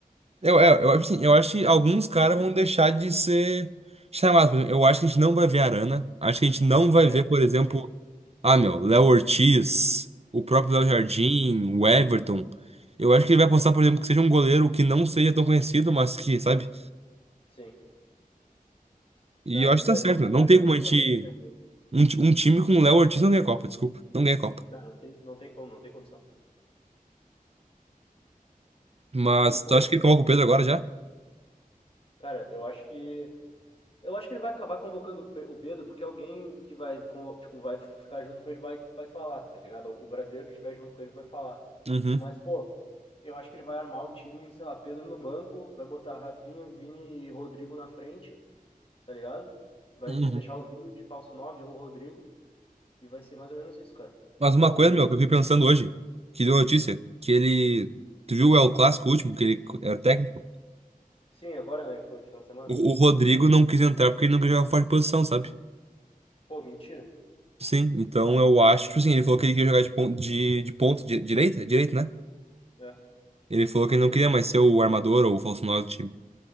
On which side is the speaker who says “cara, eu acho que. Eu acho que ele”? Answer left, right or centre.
Left